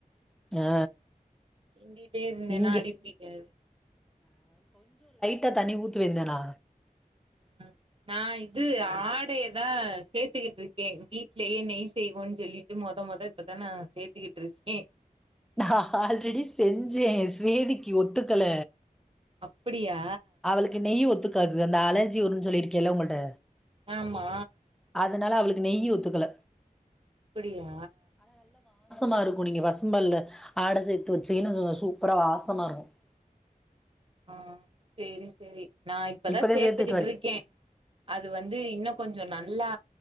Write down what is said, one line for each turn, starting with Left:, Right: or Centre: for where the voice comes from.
Centre: ஆ
Right: கிண்டிகிட்டே இருந்தேனா
Centre: இங்க
Right: அடிபிடிக்காது
Centre: டா தண்ணி ஊத்தி வீங்கதானா
Right: ஹ நான் இது ஆடை தான் சேத்துக்கிட்டு இருக்கேன் வீடலேயே நெய் செய்வோன்னனு சொல்லிட்டு மொத மொதல் இப்பதான் நான் சேத்துக்கிட்டு இருக்கேன்
Centre: நான் ஆல்ரெடி செஞ்சேன் சொதிக்கு ஒத்துக்கல
Right: அப்படியா
Centre: அவளுக்கு நெய் ஒத்து காது அந்த அலர்ஜி வரும் சொல்லிருக்கேன் இல்ல உன்கிட்ட
Right: ஆமா
Centre: அதனால அவளுக்கு நெய் ஒத்துக்கல
Right: அப்படியா
Centre: மா இருக்கும் நீங்க பசும்பால்ல ஆடை சேர்த்து வச்சீங்கன்னா சும்மா சூப்பரா வாசமா இருக்கும்
Right: ஆஹ் செரி செரி நா இப்பதான்
Centre: இப்பதே
Right: சேர்த்துக்கிட்டு
Centre: சேத்துட்டு வாரு
Right: இருக்கேன் அது வந்து இன்னும் கொஞ்சொ நல்லா